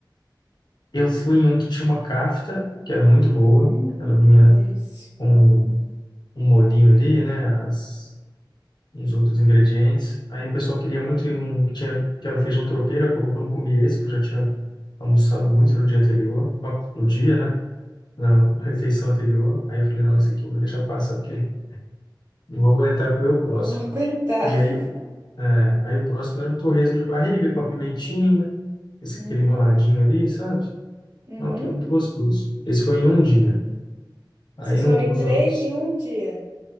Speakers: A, on the left; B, on the right.
A: Eu fui em um que tinha uma kafta, que era muito boa.
B: Hum,
A: Ela vinha
B: delícia.
A: com um molhinho ali, né? As, uns outros ingredientes. Aí o pessoal queria muito ir num que tinha, que era um feijão tropeiro, acabou que eu não comi esse, que eu já tinha almoçado muito no dia anterior, ó, no dia, né? Na refeição anterior. Aí eu falei, não, esse aqui eu vou deixar passar, porque não vou aguentar comer o próximo.
B: Eu Vou aguentar.
A: E aí,
B: <laughs>
A: o- é, aí o próximo era um torresmo de barriga com a pimentinha, esse
B: Hum,
A: aquele enroladinho ali, sabe?
B: uhum.
A: Ó, tudo muito gostoso. Esse foi em um dia. Aí
B: Vocês
A: no-
B: foram em
A: nos
B: três
A: outros,
B: em um dia.